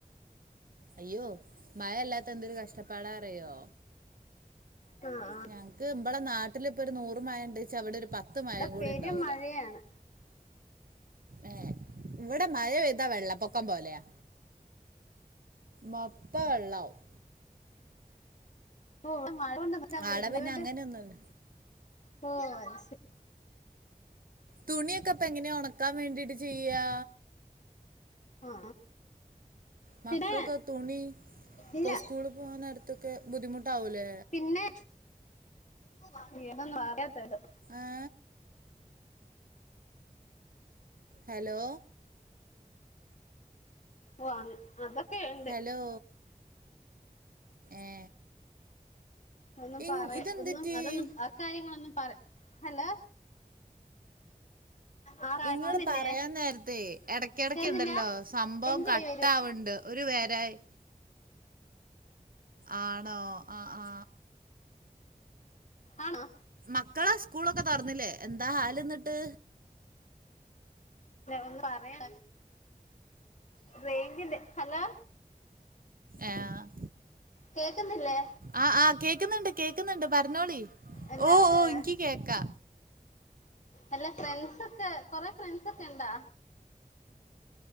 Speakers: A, on the right; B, on the left.
A: അയ്യോ മഴ അല്ലാത്ത എന്തൊരു കഷ്ടപ്പാടാറിയോ
B: ആ ആ
A: ഞങ്ങക്ക് ഇ്ബളെ നാട്ടിലിപ്പൊ ഒരു നൂറ് മഴ ഇണ്ട്ച്ച അവിടെ ഒരു പത്ത് മഴ
B: ഇവിടെ
A: കൂടി
B: പെരും
A: ഇണ്ടാവൂല
B: മഴയാണ്
A: ഏ ഇവിടെ മഴ എന്താ വെള്ള പൊക്കം പോലെയാ മഫ്ത്ത വെള്ളാവും
B: <unintelligible>
A: ആടെ പിന്നെ അങ്ങനെയൊന്നുല്ല
B: <unintelligible>
A: തുണിയൊകപ്പ് ഇപ്പെങ്ങനെയാ ഒണക്കാൻ വേണ്ടിട്ട് ചെയ്യാ
B: ആ
A: മക്കകൊക്കെ
B: പിന്നെ
A: തുണി ഇപ്പൊ
B: ഇല്ല
A: സ്കൂള് പോവിൻ നേരത്തൊക്കെ ബുദ്ധിമുട്ടാവൂലേ
B: പിന്നെ <unintelligible>
A: ഏ ഹലോ
B: വാങ്ങും അതൊക്കെയുണ്ട്
A: ഹലോ ഏ
B: ഒന്നും
A: ഇ
B: പറയാ
A: ഇതെന്തറ്റി
B: ഒന്നും അതൊന്നും ആ കാര്യങ്ങളൊന്നും പറ ഹലോ ആ കാര്യങ്ങളൊന്നില്ലേ
A: ഇങ്ങള് പറയാൻ നേരത്തെ ഏടക്കെടക്കാണ്ടല്ലോ
B: കേൾക്കുന്നില്ല
A: സംഭവം
B: റേഞ്ച്
A: കട്ടാവ്ണ്ട്
B: പോയി വരുവാ
A: ഒരു തരായ് ആണോ ആ ആ
B: ആണോ
A: മക്കളാ സ്കൂളൊക്കെ തൊർന്നില്ലേ എന്താ ഹാല്ന്നട്ട്
B: ഒന്ന് പറയാ റെയാഞ്ച്ന്റെ ഹലോ
A: എ ആ
B: കേക്കുന്നില്ലേ
A: ആ ആ കേക് കേക്ക്ന്ന്ണ്ട് കേക്ക്ന്ന്ണ്ട് പറഞ്ഞോളി
B: അല്ല
A: ഓ ഓ
B: ഏഹ്
A: ഇൻക്ക് കേക്കാ
B: അല്ല ഫ്രണ്ട്സൊക്കെ കൊറേ ഫ്രണ്ട്സൊക്കെ ഇണ്ടാ